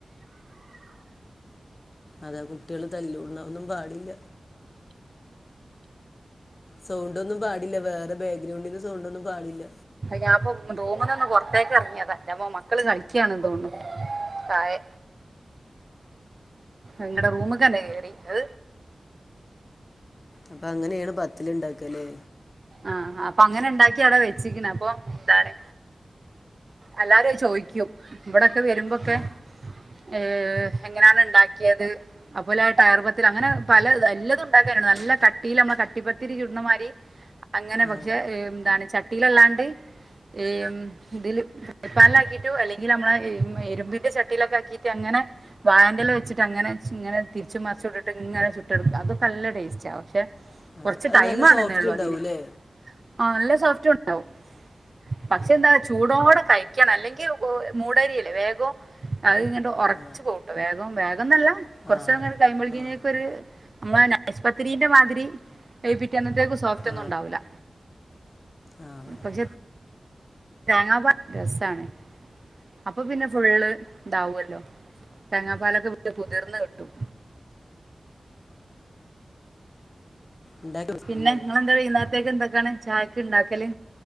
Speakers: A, on the left; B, on the right.
A: അതെ കുട്ടികള് തല്ല് കൂടണ ഒന്നും പാടില്ല സൗണ്ടൊന്നും പാടില്ല വേറെ ബാക്ക്ഗ്രൗണ്ടിന്ന് സൗണ്ട് ഒന്നും പാടില്ല
B: ഞാൻ ഇപ്പൊ റൂമ് നിന്ന് പൊറത്തേക്ക് ഇറങ്ങിയതാ ന്റമ്മോ മക്കള് കളിക്കാണെന്ന് തോന്നുന്നു കായ് അങ്ങടെ റൂമക്കന്നെ കേറിത്
A: അപ്പൊ അങ്ങനെയാണ് പത്തല് ഇണ്ടാക്ക ല്ലേ?
B: ആഹ് അപ്പ അങ്ങനെ ഇണ്ടാക്കി അവിടെ വെ ച്ചിക്കണ അപ്പൊ എന്താണ് എല്ലാരും അത് ചോദിക്കും ഇവിടൊക്കെ വരുമ്പോക്കെ
A: ആ
B: ഏഹ് എങ്ങനെയാണ് ഇണ്ടാക്കിയത് അത്പോലെ ആ ടയർ പത്തല് അങ്ങനെ പല എല്ലതും ഉണ്ടാക്കാണ് നല്ല കട്ടിയിൽ നമ്മ കട്ടിപ്പത്തിരി ചുടണമാതിരി അങ്ങനെ
A: ആ
B: പക്ഷെ എന്താണ് ചട്ടിയിലല്ലാണ്ട് ഏഹ് ഉം ഇതില് പാലാക്കിട്ടോ അല്ലെങ്കിൽ നമ്മളെ ഇരുമ്പിന്റെ ചട്ടിയിലൊക്കെ ആക്കിട്ട് അങ്ങനെ വാഴന്റെല വെച്ചിട്ട് അങ്ങനെ ഇങ്ങനെ തിരിച്ചും മറിച്ചും ഇട്ടിട്ട് ഇങ്ങനെ ചുട്ടെടുക്കും അതൊക്കെ നല്ല ടേസ്റ്റാ പക്ഷെ
A: ആ
B: കൊറച്ച്
A: അത്
B: ടൈം
A: നല്ല
B: വേണന്നൊള്ളൂ
A: സോഫ്റ്റ് ഉണ്ടാവൂല്ലേ
B: അതിന് ആ നല്ല സോഫ്റ്റ് ഉണ്ടാവും പക്ഷെ
A: ആ
B: എന്താ ചൂടോടെ കഴിക്കണം അല്ലെങ്കി മൂടരിയല്ലേ വേഗം അത് ഇങ്ങട്ട് ഒറച്ചു
A: ആ
B: പോവൂട്ടാ വേഗം വേഗം എന്നല്ല കൊറച്ച്
A: ആ
B: നേരങ്ങട് കഴിയുമ്പഴേനിക്കൊരു
A: ആ
B: നമ്മളെ നൈസ് പത്തരീന്റെ മാതിരി പിറ്റേന്നത്തേക്ക് സോഫ്റ്റ് ഒന്നും
A: ആ
B: ഉണ്ടാവൂലാ
A: ആ ആ.
B: പക്ഷെ തേങ്ങാപാല് രസാണ് അപ്പൊ പിന്നെ ഫുള്ള് ഇതാവോല്ലോ തേങ്ങാപ്പാലൊക്കെ വി കുതിർന്ന് കിട്ടും
A: ഉണ്ടാക്കി കൊടുക്ക്
B: പിന്നെ
A: എന്നാലും
B: നിങ്ങെളെന്താ വൈന്നാരത്തേക്ക് എന്തൊക്കാണ് ചായക്ക് ഉണ്ടാക്കല്